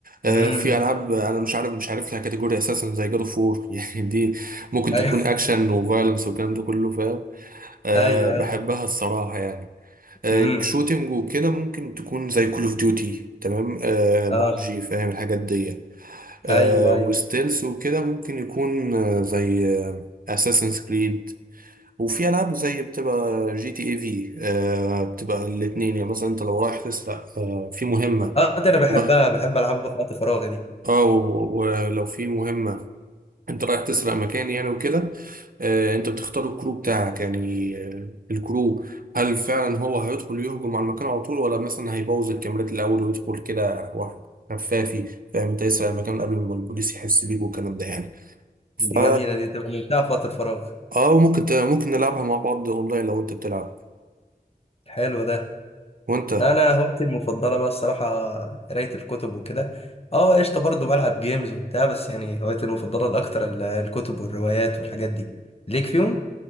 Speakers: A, on the right (about 60°); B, on the left (about 40°).
A: أه
B: امم
A: في العاب انا مش عارف مش عارف لها كاتيجوري اساسا زي جاد اوف وور <laughs> يعني دي ممكن
B: ايوه
A: تكون اكشن وفايلنس والكلام ده كله فاهم أه
B: <laughs> ايوه
A: بحبها
B: ايوه
A: الصراحه يعني أه
B: امم
A: شوتينج وكده ممكن تكون زي كول اوف ديوتي تمام أه بابجي
B: اه
A: فاهم الحاجات دي أه
B: ايوه
A: وستيلز
B: ايوه
A: وكده ممكن يكون آه، زي اساسن كريد وفي العاب زي بتبقى جي تي اي في آه بتبقى الاثنين يعني مثلا انت لو رايح تسرق آه في مهمه
B: اه دي انا بحبها
A: ورايح
B: بحب العبها في وقت فراغي دي
A: اه و- ولو في مهمه انت رايح تسرق مكان يعني وكده آه انت بتختار الكرو بتاعك يعني آه الكرو هل فعلا هو هيدخل يهجم على المكان على طول ولا مثلا هيبوظ الكاميرات الاول ويدخل كده واحد خفافي فاهم انت يسرق المكان قبل ما البوليس يحس بيك والكلام ده يعني ف
B: دي جميله دي تبقى ممتعه في وقت الفراغ
A: اه وممكن ت- ممكن نلعبها مع بعض اونلاين لو انت بتلعب
B: حلو ده
A: وانت
B: لا انا هوايتي المفضله بقى الصراحه قرايه الكتب وكده اه قشطه برضه بلعب جيمز وبتاع بس يعني هوايتي المفضله الاكتر ال- الكتب والروايات والحاجات دي ليك فيهم